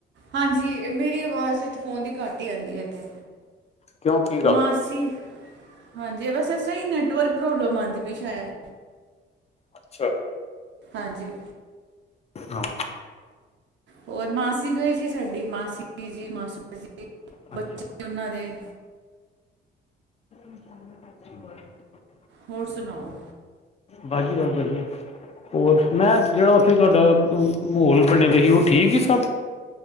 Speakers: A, on the right; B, on the left.
A: ਹਾਂਜੀ ਮੇਰੀ ਆਵਾਜ਼ ਚ ਫੋਨ ਦੀ ਘੱਟ ਈ ਆਂਦੀ ਏ ਇੱਥੇ।
B: ਕਿਉਂ ਕੀ ਗੱਲ?
A: ਮਾਸੀ ਹਾਂਜੀ ਬਸ ਵੈਸੇ ਸਈ ਨੈਟਵਰਕ ਪ੍ਰੋਬਲਮ ਆਂਦੀ ਪਈ ਸ਼ੈਦ।
B: ਅੱਛਾ।
A: ਹਾਂਜੀ।
B: ਹਾਂ
A: ਹੋਰ ਮਾਸੀ ਗਏ ਸੀ ਸਾਡੀ, ਮਾਸੀ ਜੀ ਮਾਸੜ ਜੀ
B: ਅੱਛਾ
A: ਬੱਚੇ ਔਹਨਾਂ ਦੇ।
B: <inaudible>
A: ਹੋਰ ਸੁਣਾਓ।
B: ਬਾਸ ਜੀ ਬਸ ਵਧੀਆ। ਹੋਰ, ਮੈਂ ਜਿਹੜਾ ਔਥੇ ਤੁਹਾਡਾ ਮਾਹੌਲ ਬਣੇ ਦਾ ਸੀ ਔਹ ਠੀਕ ਹੀ ਸਭ।